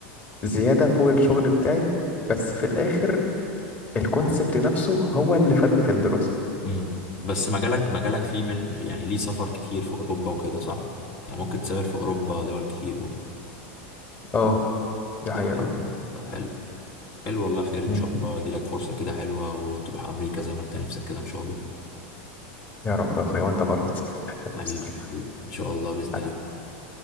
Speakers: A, on the left (about 30°); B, on the left (about 50°).
A: زياده فوق الشغل بتاعي بس في الاخر الكونسبت نفسه هو اللي فادني في الدراسة
B: امم بس مجالك مجالك فيه من يعني ليه سفر كتير في اوروبا وكده صح يعني ممكن تسافر في اوروبا دول كتير و...
A: اه دي حقيقة
B: طب حلو
A: اه
B: والله. طب حلو حلو والله خير ان
A: مم.
B: شاء الله يجيلك فرصة كده حلوة وتروح امريكا زي ما انت نفسك كده ان شاء الله
A: يا رب يا أخويا وأنت برضه تسافر الحتة اللي
B: حبيبي
A: نفسك فيها
B: حبيبي ان شاء الله باذن
A: حبيبي
B: الله